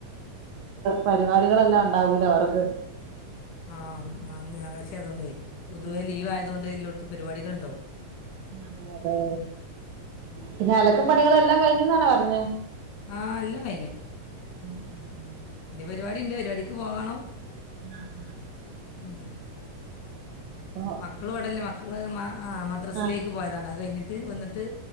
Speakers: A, on the right; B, on the left.
A: പരിപാടികളെല്ലാം ഒണ്ടാവൂല്ലോ അവർക്ക്
B: ആഹ ആഹ് ഇന്ന് ഞായറാഴ്ച അയത് കൊണ്ടേ പൊതുവേ
A: ഉം
B: ലീവ്
A: ഉം
B: ആയത് കൊണ്ട് എല്ലോട്ത്തും പരിപാടികൾ ഇണ്ടാവും
A: അതെ അതെ പിന്നെ അലക്കും പണികളും എല്ലാം കയിഞ്ഞന്നാണോ പറഞ്ഞേ
B: ആഹ് എല്ലാം കയിഞ്ഞു
A: ഉം ഉം ഉം
B: ഇനി പരിപാടി ഇണ്ട് പരിപാടിക്ക് പോണം
A: ആഹ് ആഹ്
B: ഉം
A: ആഹ്
B: മക്കള് ഇവട ഇല്ല മക്കള് ആഹ് മദ്രാസലേക്ക്
A: ആഹ്
B: പോയതാണ് അത് കയിഞ്ഞിട്ട് വന്നിട്ട്